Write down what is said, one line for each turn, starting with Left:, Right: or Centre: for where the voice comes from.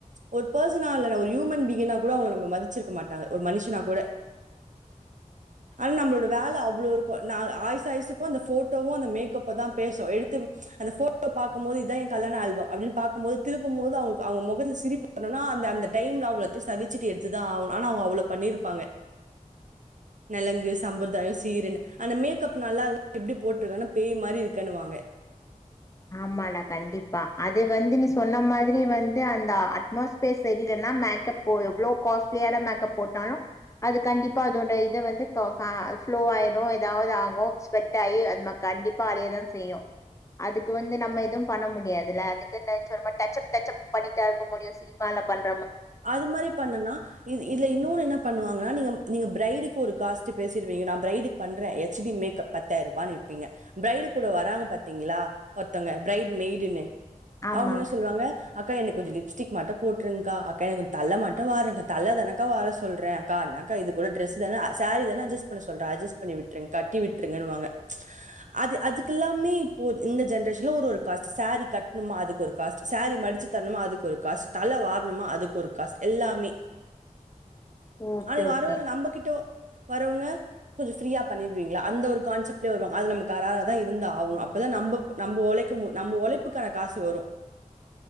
Right: ஒரு பர்சனா ஒரு ஹியூமன் பீயிங் கா கூட அவுங்க நம்மள மதிச்சிருக்க மாட்டாங்க ஒரு மனுஷனா கூட ஆனா நம்மளோட வேல அவ் ளோ இருக்கு ந ஆயுசு ஆயுசுக்கு அந்த ஃபோட்டோவு அந்த மேக்கப் தா பேசு எடுத்து அந்த ஃபோட்டோ பாக்கும்போது இதுதா எ கல்யாண ஆல்பம் அப்படின்னு பாக்கம்போது திருப்பும் போது அவங்க அவங்க முகத்துல சிரிப்பு வரணுனா அந்த அந்த டைம்ல அவ்வளத்தையு சகிச்சிட்டு எடுத்துதா ஆகனு ஆனா அவங்க அவ்வளவு பண்ணிருப்பாங்க நலங்கு சம்பிரதாய சீருன்னு அந்த மேக்கப் நல்லால எப்படி போட்டுருக்கான்னா பேய் மாதிரி இருக்கன்னுவாங்க
Left: ஆமாடா கண்டிப்பா அது வந்து நீ சொன்ன மாதிரி வந்து அந்த அட்மாஸ்பியர் செரியலன்னா மேக்கப் எவ்வளவு காஸ்ட்லியான மேக்கப் போட்டாலு அது கண்டிப்பா அதோட இத வந்து ஃப்ளோ ஆயிடு ஏதாவது ஆகு ஸ்வெட் ஆகி அது கண்டிப்பா அழியதா செய்யு அதுக்கு வந்து நம்ம எதுவும் பண்ண முடியாதுல்ல அதுக்குன்ன டச்சப் டச்சப் பண்ணிட்டா இருக்க முடியு சினிமால பண்
Right: அது மாதிரி பண்ணனா இது இதுல இன்னொன்னு என்ன பண்ணுவாங்கன்னா நீங்க நீங்க பிரைடுக்கு ஒரு காஸ்ட் பேசிருவீங்க நான் பிரைடுக்கு பண்றே எச் டி மேக்கப் பத்தாயிர ரூபனு இருப்பீங்க பிரரைடு கூட வராங்க பாத்தீங்களா ஒருத்தங்க பிரைடு மெய்டன்னு
Left: ஆமா
Right: அவங்க என்ன சொல்லுவாங்க அக்கா எனக்கு கொஞ்ச லிப்ஸ்டிக் மட்டு போட்ருங்க்கா க்கா எனக்கு கொஞ் தல மட்டு வாறுங்க தல தானக்கா வார சொல்றே ன்னக்கா இது கூட டிரஸ் தான சாரீ தானே அஜஸ் பண்ண சொல்றே அஜஸ் பண்ணி விட்டுருங்க கட்டி விட்டுருங்கன்னுவாங்க ம்ச் அது அதுக்கெல்லாமே இப்போ இந்த ஜென்ரேஷன்ல ஒரு ஒரு காஸ்ட் சாரீ கட்டணுமா அதுக்கு ஒரு காஸ்ட் சாரீ மடிச்சு தரணுமா அதுக் ஒரு காஸ்ட் தல வாரணுமா அதுக் ஒரு காஸ்ட் எல்லாமே.
Left: ஓகே
Right: ஆனா
Left: ஓகே
Right: வர்றவங்க நம்மகிட்ட வரவங்க கொஞ்சம் ஃப்ரீயா பண்ணிடுவீங்களா அந்த ஒரு கான்செப்ட்லயே வருவாங்க அது நம்ம கராராதா இருந்தாகணு அப்பதா நம் நம்ம உழைக்க நம்ம உழைப்புக்கான காசு வரு